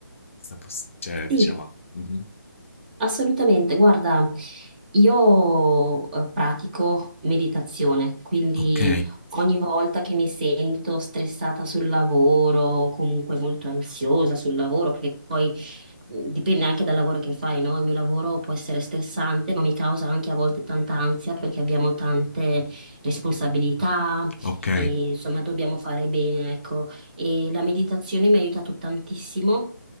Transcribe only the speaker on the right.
Sì,
Assolutamente, guarda, io eh, pratico meditazione, quindi
ogni volta che mi sento stressata sul lavoro, o comunque molto ansiosa sul lavoro, perché poi eh, dipende anche dal lavoro che fai, no? Il mio lavoro può essere stressante, ma mi causa anche a volte tanta ansia perché abbiamo tante responsabilità
e insomma dobbiamo fare bene, ecco e la meditazione mi ha aiutato tantissimo